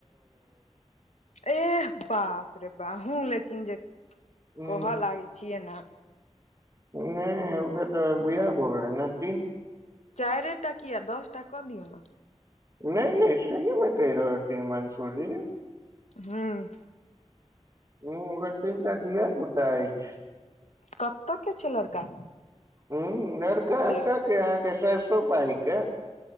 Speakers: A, on the left; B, on the right.
A: एह बाप रे बा अहू लेकिन जे
B: ह
A: कहऽ लागै छियै न
B: नै ओकर तऽ बआ भोल रहे <unintelligible>
A: चारिटा किया दसटा कऽ दिअ न
B: नै नै सही मे कहि रहल छी मंसू जी
A: हूँ।
B: हूँ ओकरा तीनटा ढाया पुटा एछ
A: कतके छै लड़का
B: हूँ नरका एत
A: ले
B: के अहाँ के सरसो पाही के